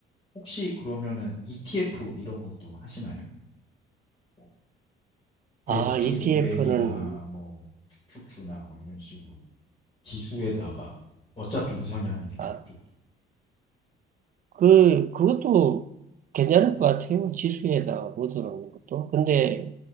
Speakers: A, on the left (about 25°); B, on the right (about 45°).
A: 혹시 그러면은 ETF 이런 것도 하시나요? 뭐
B: 아,
A: SP500이나
B: ETF는,
A: 뭐 QQ나 뭐 이런 식으로 기수에다가 어차피 우상향이니까
B: 아,
A: 그쪽도.
B: 그, 그것도 괜찮을 것 같아요. 지수에다가 묻어놓는 것도. 근데,